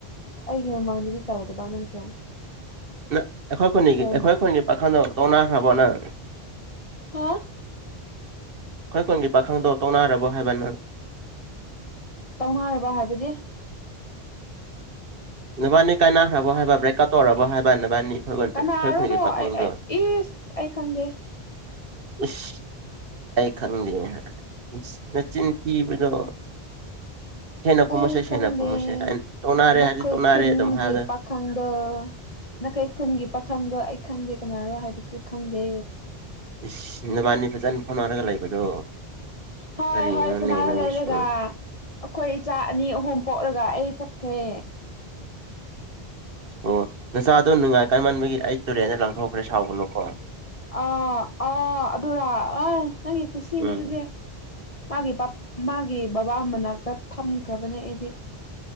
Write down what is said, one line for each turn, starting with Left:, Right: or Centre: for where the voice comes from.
Left: ꯑꯩꯒꯤ ꯃꯃꯥꯡꯗꯗꯤ ꯇꯧꯗꯕ ꯅꯪꯁꯦ
Right: ꯅꯪ ꯑꯩꯈꯣꯏ ꯈꯨꯟꯅꯤꯒꯤ
Left: ꯌꯥꯝ
Right: ꯑꯩꯈꯣꯏ ꯈꯨꯟꯒꯤ ꯄꯥꯈꯪꯗꯣ ꯇꯣꯛꯅꯈ꯭ꯔꯕꯣ ꯅꯪ
Left: ꯍꯥ
Right: ꯑꯈꯣꯏ ꯈꯨꯟꯒꯤ ꯄꯥꯈꯪꯗꯣ ꯇꯣꯛꯅꯔꯕꯣ ꯍꯥꯏꯕ ꯅꯪ
Left: ꯇꯣꯛꯅꯔꯕ ꯍꯥꯏꯕꯗꯤ
Right: ꯅꯕꯥꯅꯤ ꯀꯥꯏꯅꯛꯈ꯭ꯔꯕꯣ ꯍꯥꯏꯕ ꯕ꯭ꯔꯦꯛꯀꯠ ꯇꯧꯔꯕꯣ ꯍꯥꯏꯕ ꯅꯕꯥꯅꯤ ꯑꯩꯈꯣꯏ ꯑꯩꯈꯣꯏ
Left: ꯀꯅꯥꯔꯣꯗꯣ
Right: ꯈꯨꯟꯒꯤ ꯄꯥꯈꯪꯗꯣ
Left: ꯑꯩ ꯏꯁ ꯑꯩ ꯈꯪꯗꯦ
Right: ꯏꯁ ꯑꯩ ꯈꯪꯗꯤ ꯍꯥꯏ ꯅꯆꯤꯟ ꯊꯤꯕꯗꯣ ꯁꯦꯡꯅ ꯈꯨꯃꯨꯁꯦ
Left: ꯑꯩ ꯈꯪꯗꯦ
Right: ꯁꯦꯡꯅ ꯈꯨꯃꯨꯁꯦ ꯇꯣꯛꯅꯔꯦ
Left: ꯅꯈꯣꯏ
Right: ꯇꯣꯛꯅꯔꯦ
Left: ꯈꯨꯟꯒꯤ
Right: ꯑꯗꯨꯝ ꯍꯥꯏꯕꯗ
Left: ꯄꯥꯈꯪꯗ ꯅꯥꯀꯩ ꯈꯨꯟꯒꯤ ꯄꯥꯈꯪꯗꯣ ꯑꯩ ꯈꯪꯗꯦ ꯀꯅꯥꯔꯣ ꯍꯥꯏꯕꯁꯨ ꯈꯪꯗꯦ
Right: ꯏꯁ ꯅꯕꯥꯅꯤ ꯐꯖꯅ ꯐꯧꯅꯔꯒ ꯂꯩꯕꯗꯣ
Left: ꯍꯣꯏ
Right: ꯀꯔꯤꯅꯣꯅꯦ
Left: ꯍꯣꯏ ꯐꯅꯥ
Right: ꯅꯪꯒꯤꯁꯨ
Left: ꯂꯩꯔꯒ ꯑꯈꯣꯏ ꯏꯆꯥ ꯑꯅꯤ ꯑꯍꯨꯝ ꯄꯣꯛꯂꯒ ꯑꯩ ꯆꯠꯈ꯭ꯔꯦ
Right: ꯑꯣ ꯅꯆꯥꯗꯣ ꯅꯨꯡꯉꯥꯏ ꯀꯥꯏꯃꯥꯟꯕꯒꯤ ꯑꯩ ꯇꯨꯔꯦꯟꯗ ꯂꯪꯊꯣꯛꯈ꯭ꯔꯦ ꯁꯥꯎꯒꯅꯨꯀꯣ
Left: ꯑ ꯑ ꯑꯗꯨꯔ ꯑ ꯅꯪꯒꯤ ꯈꯨꯁꯤꯅꯦ
Right: ꯎꯝ
Left: ꯑꯗꯨꯗꯤ ꯃꯥꯒꯤ ꯄꯠ ꯃꯥꯒꯤ ꯕꯕꯥ ꯃꯅꯥꯛꯇ ꯊꯝꯈ꯭ꯔꯕꯅꯦ ꯑꯩꯗꯤ